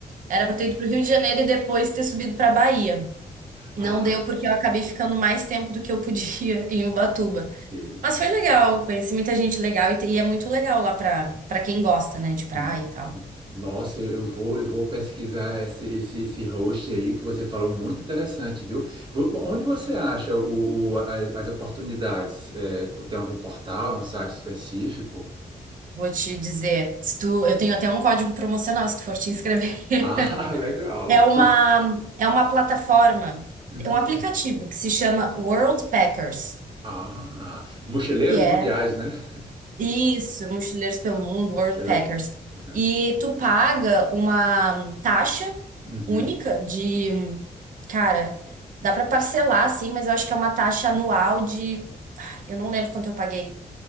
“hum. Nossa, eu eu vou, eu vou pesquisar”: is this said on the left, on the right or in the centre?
Right